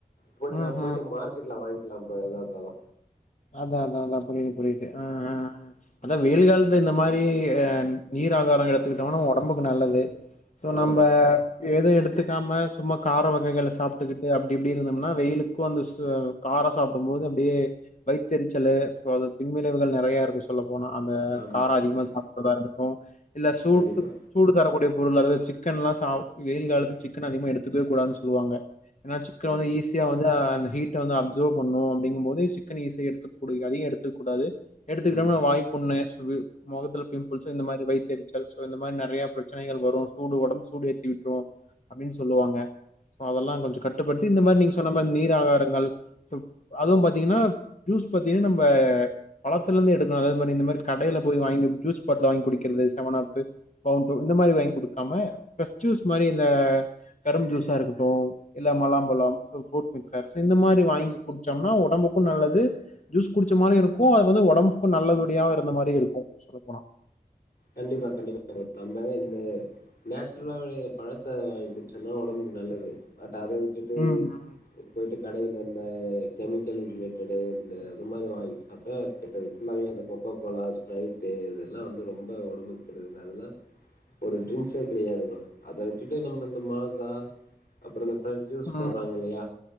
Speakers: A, on the left; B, on the left.
A: போயிட்டு
B: ம்
A: நம் போயிட்டு
B: ம்
A: மார்க்கெட்ல <inaudible> எல்லா போலதா இருந்தாலு
B: அதா அதா அதா புரியுது புரியுது ஆ ஆ ஹ அதா வெயில் காலத்து இந்த மாரி அ நீர் ஆகார எடுத்துக்கிட்டோம்னா ஒடம்புக்கு நல்லது சோ
A: ஆ
B: நம்ம எது எடுத்து நாம சும்மா கார வகைகளை சாப்ட்டுக்கிட்டு அப்டி இப்டி இருந்தோம்னா வெயிலுக்கு அந்த சூ கார சாப்டும் போது அப்டியே வைத்தறிரிச்சலு சோ அது பின்வினைவுகள் நெறையா இருக்கு சொ போன அந்த
A: ஆமா
B: கார அதிகமா
A: ஆமா
B: சாப்டுறதா இருக்கட்டு இல்ல சூட்டு
A: கண்டிப்பா
B: சூடு தரக்கூடிய பொருள்ளது சிக்கல்லா சா வெயில் காலத்து சிக்கன் அதிகமா எடுத்துக்கவே கூடாது சொல்லுவாங்க என்னாச் சிக்கன்
A: கண்டிப்பா
B: வந்து ஈஸியா வந்து ஹீட் வந்து அப்சர்வ் பண்ணு அப்படிங்கும் போது ன் இசை எடுத்துக்கூ அதையும எடுத்துக் கூடாது எடுத்துக்கிட்டோம்ன்னா
A: ம்
B: வாய்ப்புண்ணு சொகு மொகத்துல பிம்பிள்ஸ் இந்த மாரி வைத் ச்சல்சோ இந்த மாரி நெறைய பிரச்சனைகள் வரு சூடு உடம்பு சூடு ஏத்தி விட்டுரு அப்படின்னு சொல்லுவாங்க சோ அதெல்லா கொஞ்ச கட்டுப்படுத்தி இந்த மாரி நீங்க சொன்ன மாரி நீர் ஆகாரங்கள் அதுவு பாத்தீங்கன்னா ஜூஸ் பாத்திங்கன நம்ம பழத்தலருந்து எடுக்கணு அத மாரி இந்த மாரி கடையில போய் வாங்க ஜூஸ் பாட்ல வாங்கி குடிக்கிறது செவனப்பு பவுண்டோ இந்த மாரி வாங்கி குடுக்காம பிரெஷ் ஜூஸ் மாரி இந்த கரும் ஜூஸா இருக்கட்டு இல்ல மலாம்பழம் புரூட் மிக்சர் இந்த மாரி வாங்கி குடிச்சோம்னா உடம்புக்கு நல்லது ஜூஸ் குடிச்ச மாரி இருக்கு. அது வந்து உடம்புக்கு நல்லபடியாவ இருந்த மாரி இருக்கு சொல்ல போனா
A: கண்டிப்பா கண்டிப்பா நம்ம இந்த நேச்சுரலா வெளைய்ற பழத்த வாங்கி குடிச்சோம்ன்னா உடம்புக்கு நல்லது பட் அத விட்டுட்டு
B: ம் ம்
A: போய்ட்டு கடையல இருந்த கெமிக்கல் ரிலேட்டடு இந்த அது மாதிரி வாங்கி சாப்பிட்டா கெட்டதுக்குல்லாமே அந்த கொக்கோ கோககோலா ஸ்பிரரைட்டு இதெல்லா வந்து ரொம்ப உடமைது அதெல்லா ஒரு ஜூஸ்சே கெடையாது அத விட்டுட்டு நம்ம இந்த மாசா அப்புற ஃப்ரெட் ஜூஸ்
B: ம்
A: போறாங்க இல்லையா